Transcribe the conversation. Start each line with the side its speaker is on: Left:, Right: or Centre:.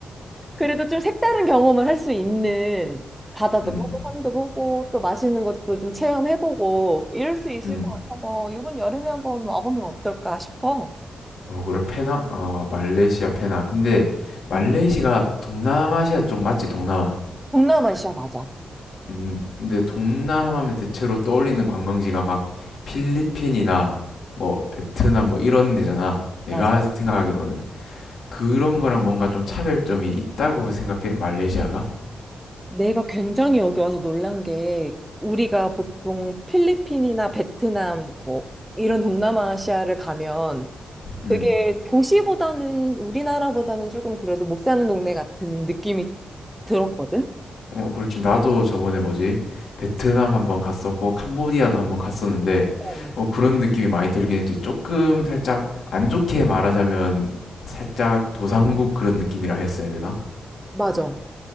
Centre: 그래도 좀 색다른 경험을 할 수 있는 바다도
Left: 음,
Centre: 보고 산도 보고 또 맛있는 것도 좀 체험해보고 이럴 수 있을
Left: 음.
Centre: 것 같아서 이번 여름에 한번 와보면 어떨까 싶어.
Left: 어, 그래, 페낭? 어, 말레이시아 페낭. 근데 말레이시아가
Centre: 음.
Left: 동남아시아 쪽 맞지? 동남아.
Centre: 동남아시아 맞아.
Left: 음, 근데 동남아면 대체로 떠올리는 관광지가 막 필리핀이나 뭐 베트남 뭐 이런 데잖아. 내가
Centre: 맞아.
Left: 생각하기로는. 그런 거랑 뭔가 좀 차별점이 있다고 생각해, 말레이시아가?
Centre: 내가 굉장히 여기 와서 놀란 게 우리가 보통 필리핀이나 베트남 뭐 이런 동남아시아를 가면
Left: 음.
Centre: 되게 도시보다는 우리나라보다는 조금 그래도 목 사는 동네 같은 느낌이 들었거든?
Left: 어, 그렇지. 나도 저번에 뭐지? 베트남 한번 갔었고, 캄보디아도 한번 갔었는데,
Centre: 어,
Left: 어, 그런 느낌이 많이 들긴 했지. 조금 살짝 안 좋게 말하자면, 살짝 도상국 그런 느낌이라 했어야 되나?
Centre: 맞아.